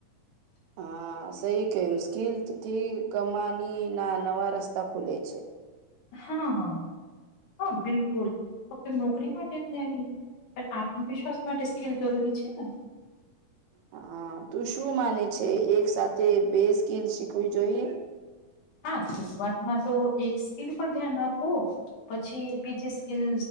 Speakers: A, on the right; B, on the left.
A: હા સઈ કયું સ્કીલ થી કમાની ના નવા રસ્તા ખુલે છે.
B: હા, હા, હા બિલકુલ ફક્ત નોકરી માટે <unintelligible> પણ આત્મવિશ્વાસ માટે સ્કીલ જરૂરી છે ને.
A: હા તું શું માને છે એક સાથે બે સ્કીલ શીખવી જોઈએ.
B: હા શરૂઆતમાં તો એક સ્કીલ પર ધ્યાન આપો પછી બીજી સ્કીલ